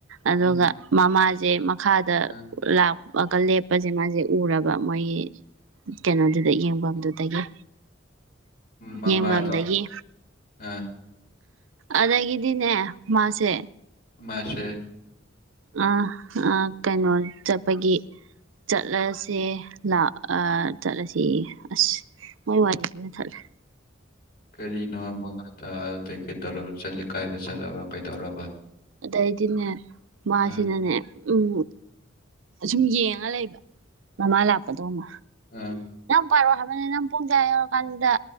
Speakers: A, on the right (about 80°); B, on the left (about 50°).
A: ꯑꯗꯨꯒ
B: ꯎꯝ
A: ꯃꯃꯥꯁꯦ ꯃꯈꯥꯗ
B: ꯑꯥ
A: ꯂꯥꯛꯑꯒ ꯂꯦꯞꯄꯁꯦ ꯃꯥꯁꯦ ꯎꯔꯕ ꯃꯣꯏꯒꯤ ꯀꯩꯅꯣꯗꯨꯗ ꯌꯦꯡꯐꯝꯗꯨꯗꯒꯤ
B: ꯃꯃꯥꯗꯣ
A: ꯌꯦꯕꯝꯗꯒꯤ
B: ꯑꯥ
A: ꯑꯗꯩꯒꯤꯗꯤꯅꯦ ꯃꯥꯁꯦ
B: ꯃꯥꯁꯦ
A: ꯑꯥ ꯑꯥ ꯀꯩꯅꯣ ꯆꯠꯄꯒꯤ ꯆꯠꯂꯁꯦ ꯂ ꯑꯥ ꯆꯠꯂꯁꯤ ꯑꯁ ꯃꯣꯏ ꯋꯥꯔꯤꯁꯤꯅ ꯊꯠꯂꯦ
B: ꯀꯔꯤꯅꯣ ꯃꯈ ꯇꯗ꯭ꯔꯦ ꯀꯩꯗꯧꯔꯕ ꯆꯠꯂꯤ ꯀꯥꯏꯗ ꯆꯠꯂꯕ ꯀꯩꯗꯧꯔꯕ
A: ꯑꯗꯩꯗꯤꯅꯦ ꯃꯥꯁꯤꯅꯅꯦ
B: ꯎꯝ
A: ꯎꯝ ꯁꯨꯝ ꯌꯦꯡꯉ ꯂꯩꯕ ꯃꯃꯥ ꯂꯥꯛꯄꯗꯧꯅ
B: ꯎꯝ
A: ꯄꯥꯔꯛꯑꯣ ꯍꯥꯏꯕꯅꯤ ꯅꯪ ꯄꯨꯡꯁꯦ ꯑꯥ ꯌꯧꯔ ꯀꯥꯟꯁꯤꯗ